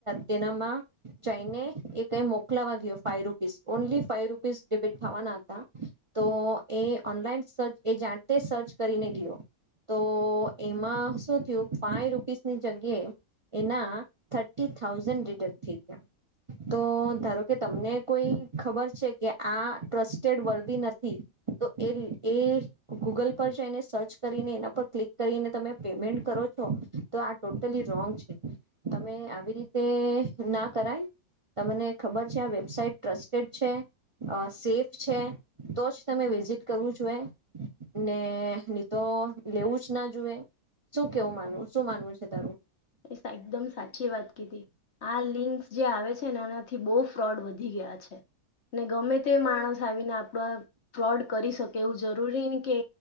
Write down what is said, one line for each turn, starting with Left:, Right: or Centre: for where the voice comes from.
Right: તેનામાં જઈને એ કઈ મોકલાવા ગયો ફા rupees only five rupees debit ખાવાના હતા તો એ ઓનલાઈન સર્ચ એ જાતે સર્ચ કરીને ગયો તો એમાં શું થયું ફાઈ રૂપીસની જગ્યાએ એના થર્ટી થઉઝન્ડ રિડક્ટ થઈ ગયા તો ધારો કે તમને કોઈ ખબર છે કે આ ટ્રસ્ટેડ વર્ નથી તો એ એ ગૂગલ પર જો એને સર્ચ કરીને એના પર ક્લિક કરીને તમે પેમેન્ટ કરો છો તો આ ટોટલી રોંગ છે તમે આવી રીતે ના કરાય તમને ખબર છે આ વેબસાાઈટ ટ્રસ્ટેડ છે સેફ છે તો જ તમે વિઝિટ કરવું જોએ ને નની તો લેવું જ ના જોુએ શું કેવું માનવું શું માનવું છે તારું
Left: એ એકદમ સાચી વાત કીધી આ લિક જે આવે છે ને એનાથી બહુ ફ્રોડ વધી ગયા છે ને ગમે તે માણસ આવીને આપણા ફ્રોડ કરી શકે એવું જરૂરી કે